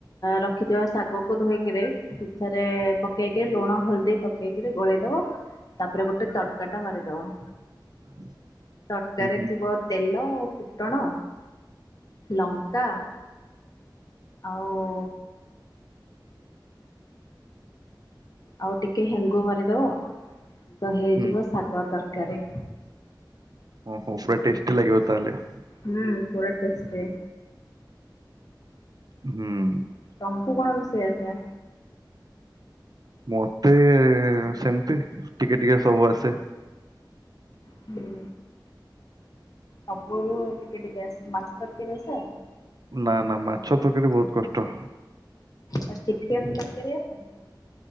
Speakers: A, on the left; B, on the right.
A: ରଖିଥିବା ଶାଗକୁ ଧୋଇକିରି, ସେଥିରେ ପକେଇକି ଲୁଣ, ହଳଦୀ ପ। ପକେଇକିରି ଗୋଳେଇଦବ, ତାପରେ ଗୋଟେ ତଡ୍ କା ଟା ମାରିଦବ।
B: <unintelligible>
A: ତଡ୍ କାରେ
B: ହୁଁ
A: ଥିବ ତେଲ ଓ ଫୁଟଣ, ଲଙ୍କା ଆଉ ଆଉ ଟିକେ ହେଙ୍ଗୁ ମାରିଦବ, ତ ହେଇଯିବ
B: ହୁଁ
A: ଶାଗ ତରକାରୀ।
B: ଓହୋ, ପୁରା ଟେଷ୍ଟି ଲାଗିବ ତାହେଲେ?
A: ହୁଁ, ପୁରା ଟେଷ୍ଟି।
B: ହୁଁ।
A: ତମୁକୁ କଣ ରୋଷେଇ ଆସେ?
B: ମତେ ସେମ୍ ତି, ଟିକେ ଟିକେ ସବୁ ଆସେ।
A: ହୁଁ। ସବୁରୁ ଟିକେ ଟିକେ ଆସେ, ମାଛ ତରକାରୀ ଆସେ?
B: ନା ନା ମାଛ ତରକାରୀ ବହୁତ୍ କଷ୍ଟ।
A: ଆଉ ଚିକେନ୍ ତରକାରୀ ଆସେ?